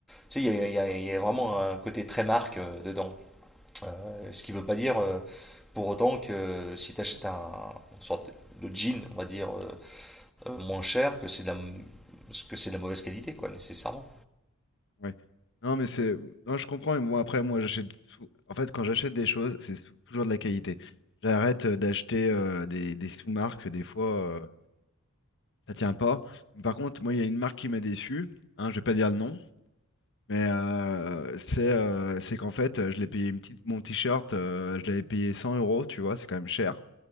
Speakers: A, in the centre; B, on the left.
A: Tu sais, il y a, il y a- il y a vraiment un côté très marque euh, dedans. Euh, ce qui veut pas dire euh, pour autant que si t'achètes un, une sorte de jean, on va dire, euh, euh, moins cher, que c'est de la, m- que c'est de la mauvaise qualité, quoi, nécessairement.
B: Ouais. Non, mais c'est. Non, je comprends. Mais moi, après, moi, j'achète. sou- En fait, quand j'achète des choses, c'est sou- toujours de la qualité. J'arrête euh, d'acheter euh, des, des sous-marques. Des fois, euh, ça tient pas. Mais par contre, moi, il y a une marque qui m'a déçu. Hein, je vais pas dire le nom. Mais euh, c'est euh, c'est qu'en fait, euh, je l'ai payé une petite... mon t-shirt. euh, je l'avais payé 100 euros. Tu vois, c'est quand même cher.